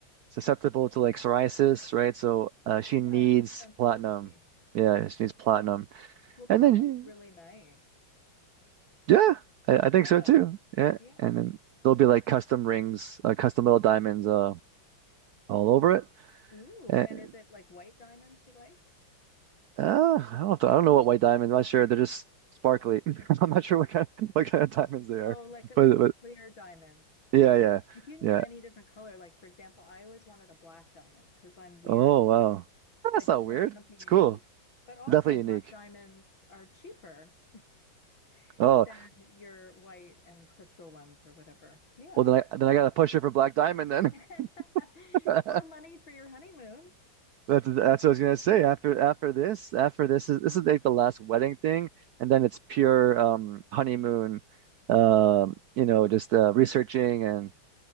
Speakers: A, on the right (about 75°); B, on the left (about 70°).
A: susceptible to like psoriasis, right? So uh she
B: Yeah,
A: needs
B: sensitivity.
A: platinum. Yeah, she needs platinum.
B: Well, platinum's
A: And then she,
B: really nice.
A: yeah, I, I
B: Yeah.
A: think so too. Yeah.
B: Yeah.
A: And then there'll be like custom rings, uh, custom little diamonds uh all over it.
B: Ooh,
A: And
B: and is it like white diamond she likes?
A: uh I don't know if the- I don't know what white diamonds, I'm not sure. They're just sparkly.
B: Oh,
A: <laughs> I'm not sure what kind of, what kind of diamonds they are.
B: Oh, like a,
A: But
B: like a
A: but
B: clear diamond,
A: yeah,
B: you
A: yeah.
B: know? Like you can
A: Yeah.
B: get any different color. Like for example, I always wanted a black diamond because I'm weird.
A: Oh wow. That's
B: I just
A: not
B: wanted
A: weird.
B: something
A: It's
B: unique.
A: cool.
B: But also
A: Definitely
B: black
A: unique.
B: diamonds are cheaper <laughs>
A: Oh,
B: than your white and crystal ones or whatever. Yeah.
A: Well, then I then I got to push her for Black Diamond then.
B: <laughs>
A: <laughs>
B: More money for your honeymoon.
A: That's that's what I was gonna say. After after this, after this is this is like the last wedding thing, and then it's pure um honeymoon. Um, you know, just uh, researching and